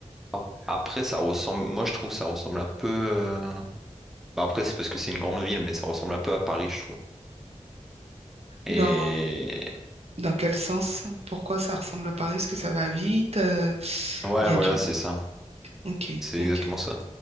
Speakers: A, in the centre; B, on the right.
A: Ap- Après, ça ressemble. Moi, je trouve que ça ressemble un peu. euh, Bah, après, c'est parce que c'est une grande ville, mais ça ressemble un peu à Paris, je trouve. Et
B: Dans, dans quel sens? Pourquoi ça ressemble à Paris? Est-ce que ça va vite? Euh,
A: ouais,
B: Il y a
A: voilà,
B: du monde.
A: c'est ça.
B: Ok,
A: C'est
B: ok,
A: exactement ça.